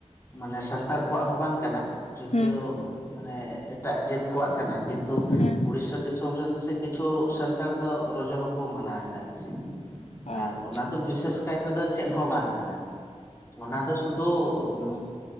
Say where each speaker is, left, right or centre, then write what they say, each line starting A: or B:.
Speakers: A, on the left (about 20°); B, on the left (about 65°).
A: ᱢᱟᱱᱮ ᱥᱟᱱᱛᱟᱲ ᱠᱚᱣᱟᱜ ᱦᱚᱸ ᱵᱟᱝ ᱠᱟᱱᱟ, ᱡᱫᱤᱭᱳ
B: ᱦᱩᱸ
A: ᱢᱟᱱᱮ ᱮᱴᱟᱜ ᱡᱟᱹᱛ ᱠᱚᱣᱟᱜ ᱠᱟᱱᱟ, ᱠᱤᱱᱛᱩ
B: ᱦᱮᱸ
A: ᱩᱲᱤᱥᱥᱟ ᱫᱤᱥᱚᱢ ᱨᱮᱱ ᱫᱚ ᱥᱮ ᱠᱤᱪᱷᱩ ᱥᱟᱱᱛᱟᱲ ᱫᱚ ᱨᱚᱡᱚ ᱦᱚᱸᱠᱚ ᱢᱟᱱᱟᱣᱮᱫᱟ ᱟᱨ ᱪᱮᱫ ᱾
B: ᱚ
A: ᱟᱨ ᱚᱱᱟ ᱫᱚ ᱵᱤᱥᱮᱥ ᱠᱟᱭ ᱛᱮᱫᱚ ᱪᱮᱫ ᱦᱚᱸ ᱵᱟᱝ ᱠᱟᱱᱟ ᱾ ᱚᱱᱟ ᱫᱚ ᱥᱩᱫᱩ ᱩᱸᱻ